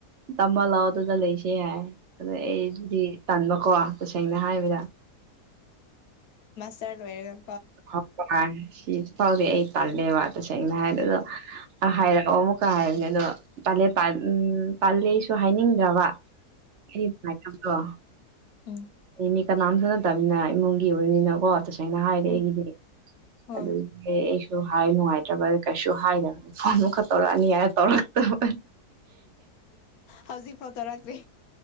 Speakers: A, on the right (about 55°); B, on the left (about 70°).
A: ꯇꯃ ꯂꯑꯣ ꯑꯗꯨꯗ ꯂꯩꯁꯦ ꯍꯥꯢ ꯑꯗ ꯑꯩꯗꯤ ꯇꯟꯕꯀꯣ ꯇꯁꯦꯡꯅ ꯍꯥꯏꯕꯗ
B: ꯆꯠꯔꯣꯢꯒ
A: ꯇꯪꯕ ꯉꯥꯢ ꯍꯨꯖꯤꯛ ꯐꯥꯎꯗꯤ ꯑꯩ ꯇꯜꯂꯦꯕ ꯑꯗꯨ ꯁꯦꯡꯅ ꯍꯥꯢꯕꯗ ꯑꯥꯢ ꯍꯥꯢꯒꯠꯂꯛꯑꯣ ꯑꯃꯨꯀ ꯍꯥꯢꯕꯅꯦ ꯑꯗꯣ ꯇꯜꯂꯦ ꯇꯜ ꯇꯜꯂꯦ ꯑꯩꯁꯨ ꯍꯥꯢꯅꯤꯡꯗ꯭ꯔꯕ <unintelligible>
B: ꯎꯝ
A: ꯃꯤ ꯀꯥꯅꯥꯝꯇꯅ ꯇꯜꯂꯦ ꯍꯥ ꯏꯃꯨꯡꯒꯤ ꯑꯣꯏꯕꯅꯤꯅꯀꯣ ꯍꯥꯢꯅ ꯍꯥꯢꯔꯛꯑꯦ
B: ꯍ ꯍꯣꯏ
A: ꯑꯗꯨꯗꯨꯒꯤ ꯑꯗꯨ ꯍꯦ ꯑꯩꯁꯨ ꯑꯗꯨ ꯍꯥꯏ ꯅꯨꯡꯉꯥꯏꯇ꯭ꯔꯕ ꯀꯩꯁꯨ ꯍꯥꯏꯗꯕꯅꯦ ꯐꯣꯟ ꯑꯃ ꯈꯛ ꯇꯧꯔꯛꯑꯅꯤ ꯍꯥꯏ ꯇꯧꯔꯛꯇꯕ
B: ꯍꯧꯖꯤꯛꯐꯥꯎ ꯇꯧꯔꯛꯇ꯭ꯔꯤ